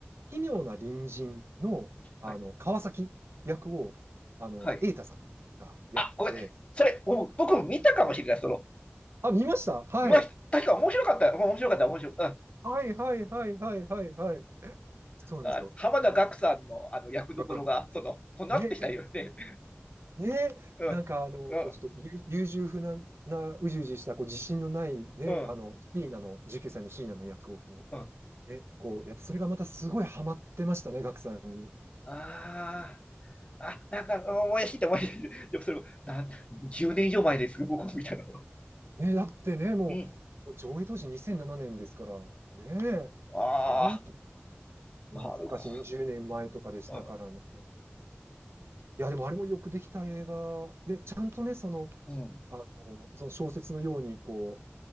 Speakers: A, on the right; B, on the left.
A: 奇妙な隣人の、あの、
B: はい。
A: 川崎役を、あの、
B: はい。
A: 瑛太さんがやって、
B: あ、ごめん。それ、もう僕も見たかもしれない。その、
A: あ、見ましたはい。
B: 今、確か面白かった。面白かった、面白かった。うん
A: はいはいはいはいはいはい。そうなんですよ。
B: あ、浜田岳さんの、あの役どころが、
A: う
B: その、こうなってきたよね。
A: んねね、
B: うん、
A: なんかあの、
B: うん、
A: こうちょっと優優柔不断な、うじうじした、こう自信のないね、
B: うん、
A: あの、シーナの、19歳のシーナの役をこ
B: うん。
A: う、ね、こうやって、それがまたすごいハマってましたね、ガクさんに。
B: ああ、あ、なんか思い出してきた、思い出してきた。でもそれも、なん、10年以上前です僕も見たの。
A: ね、だってね、もう、
B: うん。
A: もう上映当時2007年ですから、ね、
B: あ
A: もう本当、懐かしい20年前とかでしたからね。
B: あ、なるほど。あ
A: いや、でもあれもよくできた映画で、ちゃんとね、その、
B: うん。
A: あの、その小説のように、こ